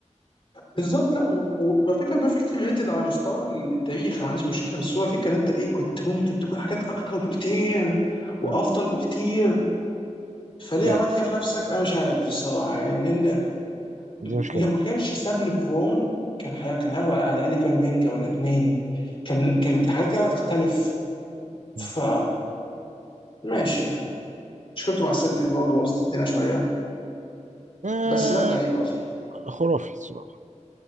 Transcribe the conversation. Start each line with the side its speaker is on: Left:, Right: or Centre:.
Left: بالظبط لا و- و- وعلى فكره بيرفكت ريتد على مستوى التاريخ ما عنديش مشكله بس هو الفكره ان انت ايه كنت ممكن تكون حاجات اكتر بكتير وافضل
Right: آه.
Left: بكتير فليه
Right: لا
Left: عملت
Right: يا بس
Left: كده في نفسك انا مش عارف الصراحه يعني لان
Right: دي مشكلة
Left: لو ما كانش ساب لبرون كان حي... كان هياخد على الاقل كمان رينجا ولا اتنين كان كانت حاجات كده هتختلف
Right: فيه.
Left: ف ماشي مشكلته مع السلتيك برضه بوظت الدنيا شويه
Right: آه
Left: بس لا لعيب عظيم
Right: خرافي الصراحة